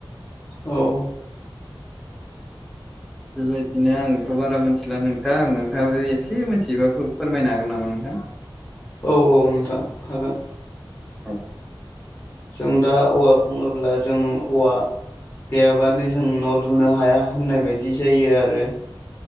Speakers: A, on the left (about 30°); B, in the centre.
A: औ
B: बेबायदिनो आंथ' बारा मिथिला नोंथां। नोंथाङाबो एसे मोनथिबा फोर-फोरमायनो हागोन नामा नोंथां? <inaudible>
A: औ औ नोंथां हागोन।
B: औ।
A: सों दा औवा बुङोब्ला जों औवा गैयाबानो जों न' लुनो हाया होननाय बायदि जायो आरो।